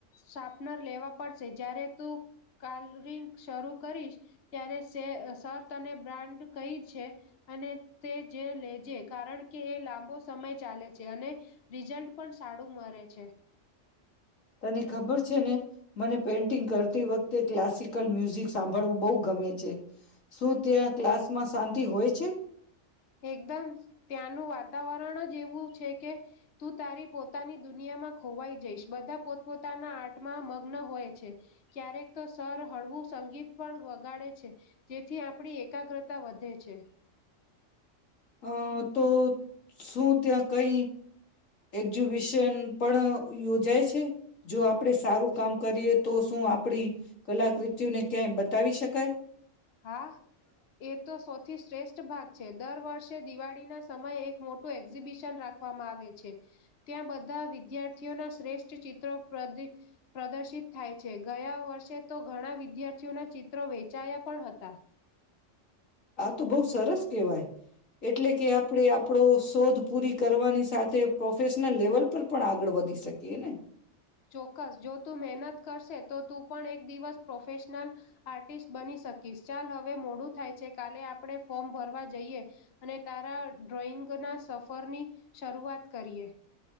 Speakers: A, on the left; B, on the left.
A: શાર્પનર લેવા પડશે, જયારે તું કલરિંગ શરૂ કરીશ. ત્યારે શર્ત અને બ્રાન્ડ કઈ છે, અને તે જે લે જે કારણ કે એ લાંબો સમય ચાલે છે અને, રિઝલ્ટ પણ સારું મરે છે.
B: તને ખબર છે ને, મને પેઇન્ટિંગ કરતી વખતે ક્લાસિકલ મ્યુઝિક સાંભળવું બહુ ગમે છે. શું ત્યાં ક્લાસમાં શાંતિ હોય છે
A: એકદમ ત્યાંનું વાત વરણ જ એવું છે કે, તું તારી પોતાની દુનિયામાં ખોવાઈ જઈશ, બધા પોતપોતાના આર્ટમાં મગ્ન હોય છે, ક્યારેક તો સર હળવું સંગીત પણ વગાડે છે. જેથી આપણી એકાગ્રતા વધે છે.
B: હં તો શું ત્યાં કંઈ એક્ઝિબિશન પણ યોજાય છે? જો આપડે સારું કામ કરીએ તો શું આપણી કલાકૃતિઓને ક્યાંય બ તાવી શકાય?
A: હા. એ તો સૌથી શ્રેષ્ઠ ભાગ છે. દર વર્ષે દિવાળીના સમયે એક મોટું એક્ઝિબિશન રાખવામાં આવે છે. ત્યાં બધા વિદ્યાર્થીઓના શ્રેષ્ઠ ચિત્રો પ્ર પ્રદર્શિત થાય છે. ગયા વર્ષે તો ઘણા વિદ્યાર્થીઓના ચિત્રો વેચાયા પણ હતા.
B: આ તો બહુ સરસ કહેવાય. એટલે કે, આપણે આપણો શોધ પૂરી કરવાની સાથે પ્રોફેશનલ લેવલ પર પણ આગળ વધી શકીએ ને.
A: ચોક્કસ. જો તું મહેનત કરશે તો તું પણ એક દિવસ પ્રોફેશનલ આર્ટિસ્ટ બની શકીશ. ચાલ હવે મોડું થાય છે, કાલે આપણે ફોર્મ ભરવા જઈએ અને તારા ડ્રોઈંગના સફરની શરૂઆત કરીએ.